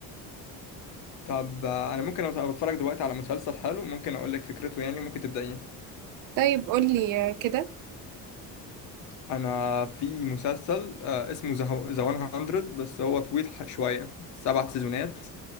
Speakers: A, on the left; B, on the right.
A: طب آه، انا ممكن أبقى- أنا بتفرج دلوقتي على مسلسل حلو ممكن اقول لك فكرته يعني ممكن تبدأيه
B: طيب قُل لي كده.
A: انا في مسلسل آه، اسمه ذا 100 بس هو طويل ح- شوية سبع سيزونات